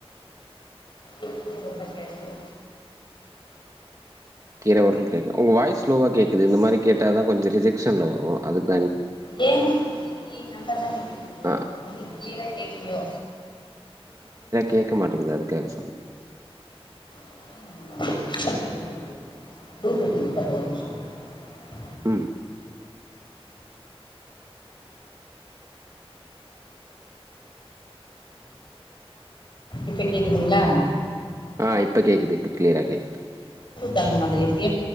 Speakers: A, on the left; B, on the right.
A: இட்லி உருளக்கெழங்கு
B: கீர உருளக்கெழங்கா உங்க வாய்ஸ் ஸ்லோவா கேக்குது இந்த மாரி கேட்டாதா கொஞ்ச ரிஜெக்ஷன்ல வரு அதுக்
A: ஏ இல்லயே நல்லா தானே கேக்குது
B: ஆ
A: உங்களுக்கு க்ளியரா கேக்லையோ
B: கேக்க மாட்டேங்குது அதுக்காக சொன்னே
A: <unintelligible>
B: உம்
A: இப்ப கேக்குதுங்ளா
B: ஆ இப்ப கேக்குது இப்ப கே க்ளியரா கேக்
A: தந்மாதிரியே